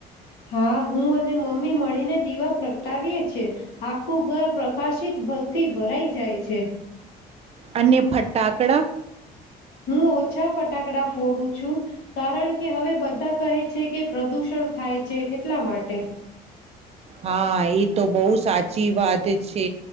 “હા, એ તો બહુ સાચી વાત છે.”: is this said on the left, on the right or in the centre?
Right